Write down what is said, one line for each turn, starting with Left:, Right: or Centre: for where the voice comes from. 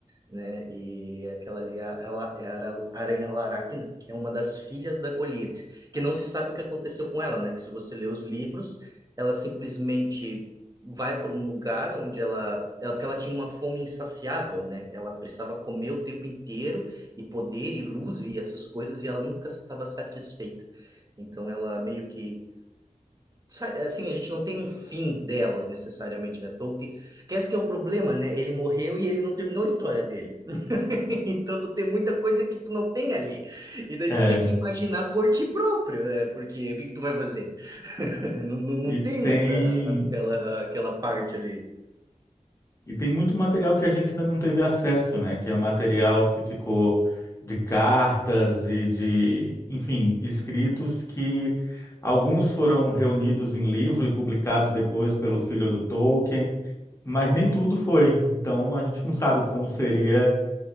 Right: né? E aquela ali é a, ela- é a ara- Aranha Laracna, que é uma das filhas da Goliath, que não se sabe o que aconteceu com ela, né? Que se você ler os livros, ela simplesmente vai para um lugar onde ela, ela, porque ela tinha uma fome insaciável, né? Ela precisava comer o tempo inteiro e poder e luz e essas coisas e ela nunca estava satisfeita. Então ela meio que sa- assim, a gente não tem um fim dela necessariamente, né? Tolkien, que esse que é o problema, né? Ele morreu e ele não terminou a história dele. <laughs> Então tu tem muita coisa que tu não tem ali. E daí
Left: É.
Right: tu tem que imaginar por ti próprio, né? Porque o que que tu vai fazer? <laughs> Não, não, não
Left: E
Right: tem
Left: tem,
Right: mais a- aquela, aquela parte ali.
Left: e tem muito material que a gente ainda não teve acesso, né? Que é material que ficou de cartas e de, enfim, escritos que alguns foram reunidos em livro e publicados depois pelo filho do Tolkien. mas nem tudo foi. Então a gente não sabe como seria